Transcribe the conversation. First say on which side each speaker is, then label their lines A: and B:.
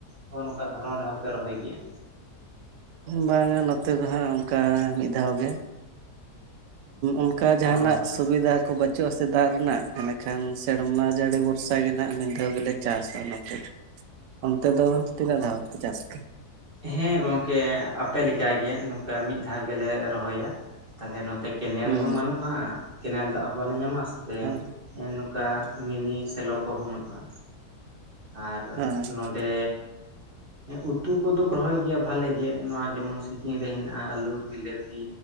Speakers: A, on the right; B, on the right.
A: ᱦᱚᱸ ᱱᱚᱝᱠᱟ ᱫᱷᱚᱨᱚᱱ ᱨᱮᱦᱚᱸ ᱯᱮ ᱨᱚᱦᱚᱭ ᱜᱮᱭᱟ?
B: ᱵᱟᱝᱟ ᱱᱚᱛᱮ ᱫᱚ ᱦᱟᱸᱜ ᱚᱱᱠᱟ ᱢᱤᱫ ᱫᱷᱟᱣ ᱜᱮ᱾ ᱚᱱᱠᱟ ᱡᱟᱦᱟᱸᱱᱟᱜ
A: ᱚ ᱟᱪᱪᱷᱟ
B: ᱥᱩᱵᱤᱫᱟ
A: ᱟᱪᱪᱷᱟ
B: ᱠᱚ ᱵᱟᱹᱪᱩᱜᱼᱟ ᱥᱮ ᱫᱟᱜ ᱨᱮᱱᱟᱜ ᱮᱸᱰᱮᱠᱷᱟᱱ ᱥᱮᱨᱢᱟ ᱡᱟᱹᱲᱤ ᱵᱷᱚᱨᱥᱟ ᱜᱮ ᱱᱟᱜ ᱢᱤᱫ ᱫᱷᱟᱣ ᱜᱮᱞᱮ ᱪᱟᱥᱟ ᱱᱚᱛᱮ ᱚᱱᱛᱮ ᱫᱚ ᱛᱤᱱᱟᱹᱜ ᱫᱷᱟᱣ ᱯᱮ ᱪᱟᱥᱟ?
A: ᱦᱮᱸ ᱜᱚᱝᱠᱮ ᱟᱯᱮ ᱞᱮᱠᱟᱜᱮ ᱜᱮ ᱱᱚᱝᱠᱟ, ᱢᱤᱫ ᱫᱷᱟᱣ ᱜᱮᱞᱮ ᱨᱚᱦᱚᱭᱟ᱾ ᱛᱟᱦᱚᱞᱮ ᱱᱚᱛᱮ ᱠᱮᱱᱮᱞ
B: ᱦᱮᱸ
A: ᱦᱚᱸ ᱵᱟᱹᱱᱩᱜᱼᱟ, ᱥᱮ ᱠᱮᱱᱮᱞ ᱫᱟᱜ ᱦᱚᱸ ᱵᱟᱞᱮ ᱧᱟᱢᱟ, ᱥᱮ
B: ᱦᱮᱸ
A: ᱦᱮᱸ ᱱᱚᱝᱠᱟ ᱢᱤᱱᱤ ᱥᱮᱞᱚ ᱠᱚᱦᱚᱸ ᱵᱟᱹᱱᱩᱜᱼᱟ ᱟᱨ
B: ᱦᱮᱸ
A: ᱱᱚᱸᱰᱮ ᱩᱛᱩ ᱠᱚᱫᱚ ᱠᱚ ᱨᱚᱦᱚᱭ ᱜᱮᱭᱟ ᱵᱷᱟᱞᱮ ᱜᱮ ᱱᱚᱣᱟ ᱡᱮᱢᱚᱱ ᱥᱤᱡ ᱡᱤᱱ ᱨᱮ ᱦᱮᱱᱟᱜᱼᱟ ᱟᱹᱞᱩ ᱵᱤᱞᱟᱹᱛᱤ᱾